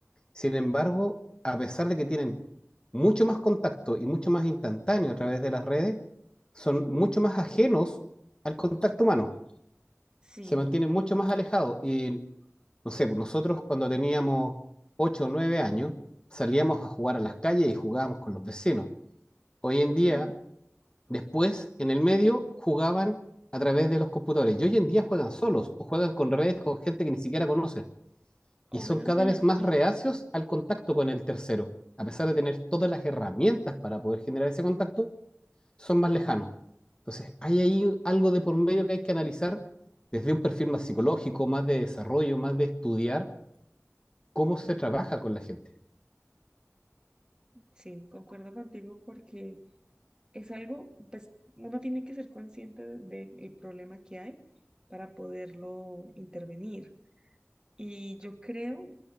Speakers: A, on the left (about 20°); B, on the right (about 20°).
A: Sin embargo, a pesar de que tienen mucho más contacto y mucho más instantáneo a través de las redes, son mucho más ajenos al contacto humano.
B: Sí,
A: Se mantienen mucho más alejados y no sé, pues nosotros cuando teníamos 8 o 9 años salíamos a jugar a las calles y jugábamos con los vecinos. Hoy en día,
B: claro.
A: después, en el medio, jugaban a través de los computadores. Y hoy en día juegan solos o juegan con redes con gente que ni siquiera conocen.
B: O
A: Y
B: juegan
A: son cada
B: con
A: vez
B: la misma
A: más reacios
B: computadora.
A: al contacto con el tercero. A pesar de tener todas las herramientas para poder generar ese contacto, son más lejanos. Entonces, hay ahí algo de por medio que hay que analizar desde un perfil más psicológico, más de desarrollo, más de estudiar cómo se trabaja con la gente.
B: Sí, concuerdo contigo porque es algo, pues uno tiene que ser consciente del problema que hay para poderlo intervenir. Y yo creo,